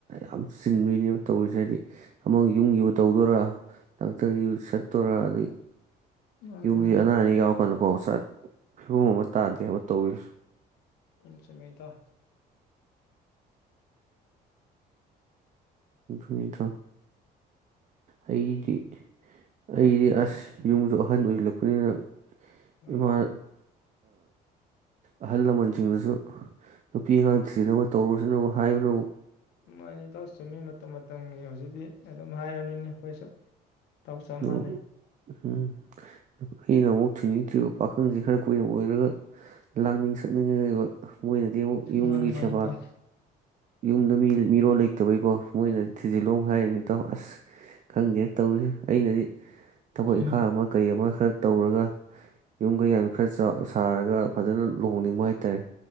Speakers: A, on the right; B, on the left.
A: ꯌꯥꯝ ꯆꯤꯟꯗꯣꯏꯅꯦꯕ ꯇꯧꯔꯤꯁꯦ ꯍꯥꯏꯗꯤ ꯌꯨꯝꯒꯤꯕꯨ ꯇꯧꯗꯣꯏꯔꯥ ꯗꯥꯛꯇꯔꯒꯤꯕꯨ ꯆꯠꯇꯣꯏꯔ ꯑꯗꯩ
B: ꯃꯥꯅꯤ
A: ꯌꯨꯝꯁꯤ
B: ꯃꯥꯅꯤ
A: ꯑꯅꯥ ꯑꯅꯦꯛ ꯌꯥꯎ ꯀꯣꯏꯅ ꯀꯣ ꯐꯤꯕꯝ ꯑꯃ ꯇꯥꯗꯦ ꯍꯥꯏꯕ ꯇꯧꯕꯤꯔꯁꯨ
B: ꯎꯝ ꯆꯨꯝꯃꯤ ꯏꯇꯥꯎ
A: ꯑꯗꯨꯅꯤ ꯏꯇꯥꯎ ꯑꯩꯒꯤ ꯑꯩꯗꯤ ꯑꯁ ꯌꯨꯝꯁꯨ ꯑꯍꯟ ꯑꯣꯏꯁꯤꯜꯂꯛꯄꯅꯤꯅ
B: ꯃꯥꯅꯤ
A: ꯏꯃꯥ
B: ꯃꯥꯅꯤ
A: ꯑꯍꯜ ꯂꯃꯟꯁꯤꯡꯗꯁꯨ ꯅꯨꯄꯤ ꯑꯉꯥꯡ ꯊꯤꯖꯤꯟꯅꯕ ꯇꯧꯔꯁꯤꯅꯕꯨ ꯍꯥꯏꯕꯁꯤꯅꯕꯨ
B: ꯃꯥꯅꯤ ꯏꯇꯥꯎ ꯆꯨꯝꯃꯦ ꯃꯅꯝ ꯃ ꯃꯇꯝꯒꯤ ꯍꯧꯖꯤꯛꯇꯤ ꯑꯗꯨꯝ ꯍꯥꯏꯔꯕꯅꯤꯅꯦ ꯑꯩꯈꯣꯏꯁꯨ ꯏꯇꯥꯎ ꯆꯞ
A: ꯑꯣ
B: ꯃꯥꯟꯅꯩ
A: ꯎꯝ ꯑꯩꯅ ꯑꯃꯨꯛ ꯊꯤꯅꯤꯡꯇ꯭ꯔꯤꯕ ꯄꯥꯈꯪꯁꯤ ꯈꯔ ꯀꯨꯏꯅ ꯑꯣꯏꯔꯒ ꯂꯥꯡꯅꯤꯡ ꯁꯛꯅꯤꯡꯉꯦꯕ ꯃꯣꯏꯅꯗꯤ ꯑꯃꯨꯛ ꯌꯨꯝꯒꯤ
B: ꯃꯥꯅꯤ ꯃꯥꯅꯤ
A: ꯁꯦꯕꯥ
B: ꯏꯇꯥꯎ
A: ꯌꯨꯝꯗ ꯃꯤ ꯃꯤꯔꯣꯜ ꯂꯩꯇꯕꯩꯀꯣ ꯃꯣꯏꯅꯗꯤ ꯊꯤꯖꯤꯜꯂꯣ ꯑꯃꯨꯛ ꯍꯥꯏꯔꯅꯤ ꯇꯧ ꯑꯁ ꯈꯪꯗꯦ ꯇꯧꯁꯤ ꯑꯩꯅꯗꯤ ꯊꯕꯛ
B: ꯎꯝ
A: ꯏꯪꯈꯥꯡ ꯑꯃ ꯀꯩ ꯑꯃ ꯈꯔ ꯇꯧꯔꯒ ꯌꯨꯝ ꯀꯩ ꯌꯥꯝ ꯈꯔ ꯁꯥꯔꯒ ꯐꯖꯅ ꯂꯨꯍꯣꯡꯅꯤꯡꯕ ꯍꯥꯏꯇꯥꯔꯦ